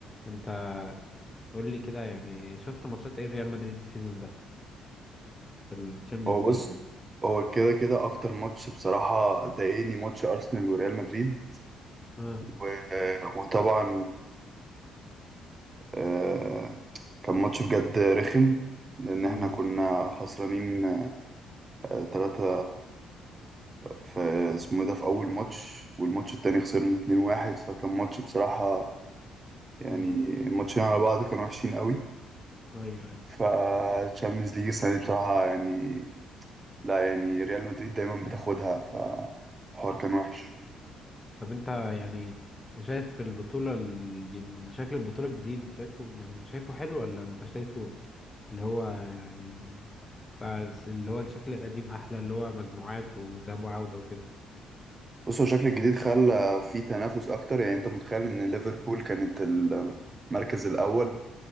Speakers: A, on the left (about 15°); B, on the right (about 25°).
A: أنت قول لي كده يعني شفت ماتشات إيه ريال مدريد السيزون ده في الشامبيونز
B: هو
A: ليج
B: بص
A: يعني
B: هو كده كده أكتر ماتش بصراحة ضايقني ماتش أرسنال وريال مدريد
A: اه
B: و... وطبعا آه، كان ماتش بجد رخم لأن احنا
A: امم
B: كنا خسرانين آه، تلاتة في اسمه إيه ده في أول ماتش والماتش التاني خسرنا اتنين واحد فكان ماتش بصراحة يعني
A: امم
B: الماتشين على بعض كانوا وحشين قوي
A: ايوه أيوه.
B: فالشامبيونز ليج السنة دي بصراحة يعني لا يعني ريال مدريد دايما بتاخدها فالحوار كان وحش
A: طب انت يعني شايف البطولة الج- شكل البطولة الجديد شايفه يعني شايفه حلو ولا انت شايفه اللي هو يعني بتاع الس- اللي هو الشكل القديم احلى اللي هو مجموعات وذهاب وعودة وكده
B: بص هو الشكل الجديد خلى في تنافس اكتر يعني انت متخيل ان ليفربول كانت المركز الاول